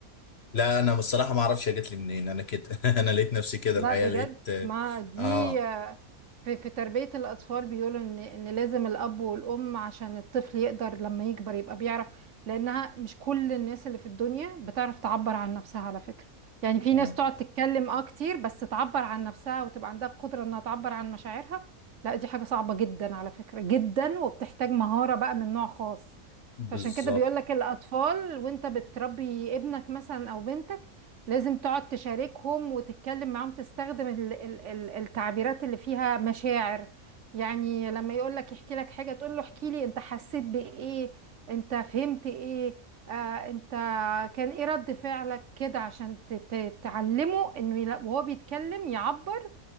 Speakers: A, on the left; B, on the right.
A: لا انا بصراحه ما اعرفش هي جت لي منين انا كده <laughs> انا لقيت نفسي كده
B: لا
A: الحقيقه
B: بجد
A: لقيت
B: ما دي
A: اه
B: آه، في في تربية الأطفال بيقولوا إن إن لازم الأب والأم عشان الطفل يقدر لما يكبر يبقى بيعرف لأنها مش كل الناس اللي في الدنيا بتعرف تعبر عن نفسها على فكرة يعني في
A: اه
B: ناس تقعد تتكلم أه كتير بس تعبر عن نفسها وتبقى عندها القدرة إنها تعبر عن مشاعرها لا دي حاجة صعبة جدا على فكرة جدا وبتحتاج مهارة بقى من نوع خاص
A: بالظبط
B: فعشان كده بيقولك الأطفال وأنت بتربي ابنك مثلا أو بنتك لازم تقعد تشاركهم وتتكلم معاهم تستخدم ال- ال- ال- التعبيرات اللي فيها مشاعر يعني لما يقول لك يحكي لك حاجة تقول له احكي لي انت حسيت بإيه انت فهمت إيه آه انت كان ايه رد فعلك كده عشان ت- ت- تعلمه انه يلا- وهو بيتكلم يعبر